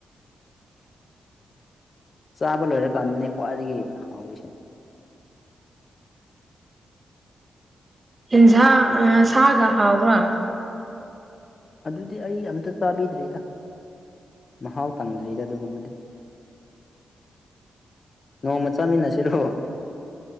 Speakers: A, on the left; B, on the right.
A: ꯆꯥꯕ ꯂꯣꯏꯔꯀꯥꯟꯗꯅꯦ ꯈ꯭ꯋꯥꯏꯗꯒꯤ ꯍꯥꯎꯔꯤꯁꯦ
B: ꯏꯟꯁꯥꯡ ꯁꯥꯒ ꯍꯥꯎꯕ꯭ꯔꯥ
A: ꯑꯗꯨꯗꯤ ꯑꯩ ꯑꯝꯇ ꯆꯥꯕꯤꯗ꯭ꯔꯤꯗ ꯃꯍꯥꯎ ꯇꯪꯗ꯭ꯔꯤꯗ ꯑꯗꯨꯒꯨꯝꯕꯗꯤ ꯅꯣꯡꯃ ꯆꯥꯃꯤꯟꯅꯁꯤꯔꯣ